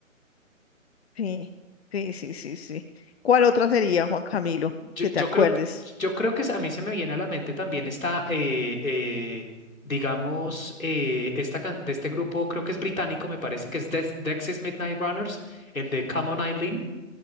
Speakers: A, on the left; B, on the left.
A: Sí, sí, sí, sí, sí. ¿Cuál otra sería, Juan Camilo?
B: Yo,
A: Que te
B: yo
A: acuerdes.
B: creo, que- yo creo que a mí se me viene a la mente también esta, eh, eh, digamos, eh, esta, can- de este grupo, creo que es británico, me parece que es Dex- Dexys Midnight Runners, el de Come On Eileen.